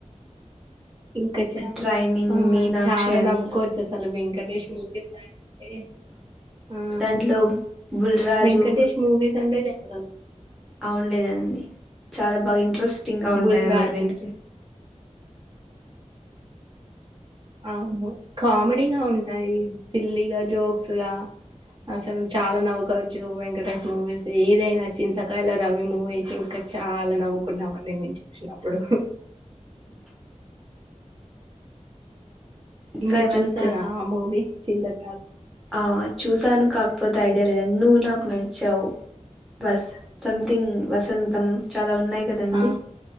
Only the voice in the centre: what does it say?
ట్రైనింగ్
మీనాక్షి
అని
దాంట్లో బుల్ రాజు
అవున్లేదండి చాలా బా ఇంట్రెస్టింగ్ గా ఉంటాయి
అనమాట
వెంకీ
అ ఇంకా
ఏమైనా
తెల్
ఆ చూసాను కాకపోతే ఐడియా లేదండి నువ్వు నాకు నచ్చావు వస్ సమ్థింగ్ వసంతం చాలా ఉన్నాయి కదండి